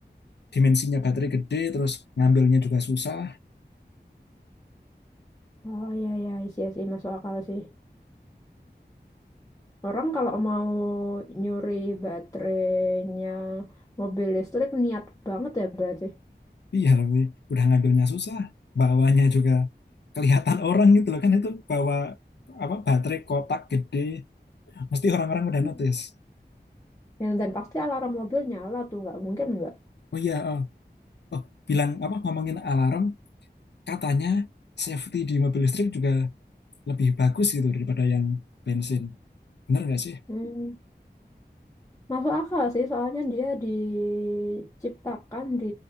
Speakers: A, on the left; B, on the left.
A: dimensinya baterai gede terus ngambilnya juga susah
B: oh ya ya sih sih masuk akal sih orang kalau mau nyuri baterainya mobil listrik niat banget ya berarti
A: iya lebih udah ngambilnya susah bawanya juga kelihatan orang gitu loh kan itu bawa apa baterai kotak gede Mesti orang-orang udah
B: Hmm.
A: notice.
B: dan, dan pasti alarm mobil nyala tuh nggak mungkin nggak
A: Oh iya, oh, oh, bilang apa ngomongin alarm, katanya safety di mobil listrik juga lebih bagus gitu daripada yang bensin. Bener nggak sih?
B: hmm. Masuk akal sih, soalnya dia diciptakan di